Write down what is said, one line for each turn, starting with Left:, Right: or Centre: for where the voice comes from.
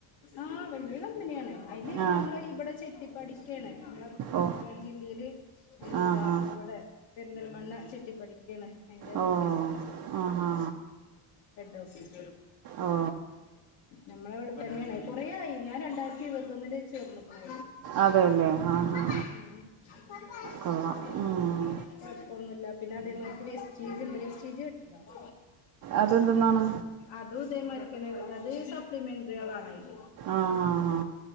Left: ആഹ് വല്ല്യ കമ്പനിയാണ് അതിന്
Right: ആ
Left: നമ്മള് ഇവിടെ ചെട്ടിപ്പടിക്കേണ് നമ്മളെ മല
Right: ഓ
Left: പ്പുറം ജില്ലയില് എന്താ
Right: ആ ഹാ
Left: ഇവടെ പെരിന്തൽ മണ്ണ ചെട്ടിപ്പടിക്കേണ് അയ്ന്റെ
Right: ഓ
Left: ഓഫീസ്
Right: ആ ഹാ
Left: ഹെഡ് ഓഫീസ്
Right: ഓ
Left: നമ്മളെവിടെ തന്നെയാണ് കൊറെയായി ഞാൻ രണ്ടായിരത്തി ഇരുപത്തി ഒന്നില് ചേർന്ന്ക്ക്‌ണ്
Right: അതെ അല്ലേ
Left: അതിൽ
Right: ആ ഹാ
Left: <inaudible>
Right: കൊള്ളാം ഉം.
Left: കുഴപ്പൊന്നുല്ല പിന്നെ അതേമാര്ക്ക് വെസ്റ്റീച്ണ്ട് വേസ്റ്റീച് കിട്ട്ക്ക്‌ണോ <inaudible>
Right: അതെന്തെന്നാണ്
Left: അതും ഇതേമാതിരിക്ക് തന്നെ അത് സപ്ലിമെന്ററികളാണതിൽ
Right: ആ ഹാ ഹാ